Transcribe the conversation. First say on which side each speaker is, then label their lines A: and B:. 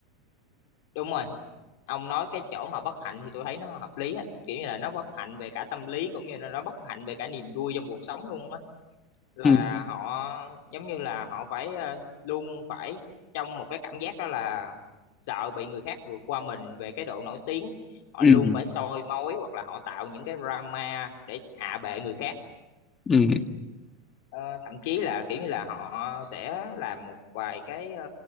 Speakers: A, on the left; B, on the left.
A: đúng rồi ông nói cái chỗ mà bất hạnh thì tôi thấy nó hợp lý á kiểu như là nó bất hạnh về cả tâm lý cũng như là nó bất hạnh về cả niềm vui trong cuộc sống luôn á là
B: ừ
A: họ giống như là họ phải ờ, luôn phải trong một cái cảm giác đó là sợ bị người khác vượt qua mình về cái độ nổi tiếng họ
B: ừ
A: luôn phải soi mói hoặc là họ tạo những cái drama để hạ bệ người khác
B: ừ
A: Ờ, thậm chí là kiểu như là họ sẽ làm một vài cái ờ,